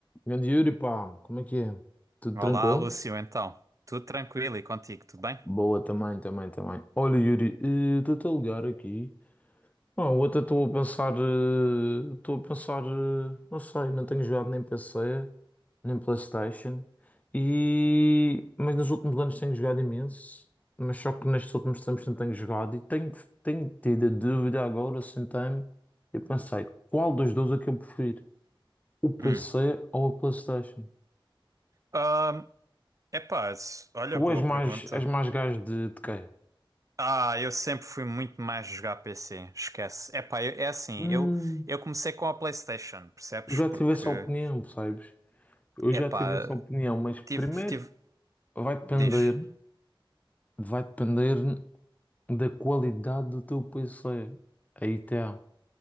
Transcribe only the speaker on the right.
Olá,
Lúcio, então. Tudo tranquilo e contigo, tudo bem?
Hum.
Ahm, epá, s- olha,
boa
pergunta.
Ah, eu sempre fui muito mais jogar PC, esquece. Epá, eu, é assim,
eu, eu comecei com a PlayStation, percebes?
Porque,
epá,
tive, tive,
diz.